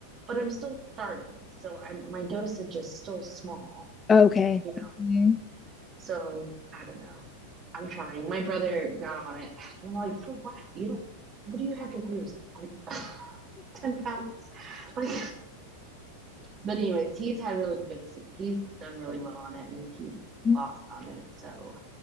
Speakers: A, on the right; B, on the left.
A: but I'm still starting. So I'm, my dosage is still small,
B: Okay.
A: you
B: Mhm.
A: know. So I don't know. I'm trying. My brother got on it. And I'm like, for what? You don't, what do you have to lose? Like <laughs> 10 pounds? Like, But anyways, he's had really good. He's done really well on it, and he's
B: <laughs>
A: lost on it. So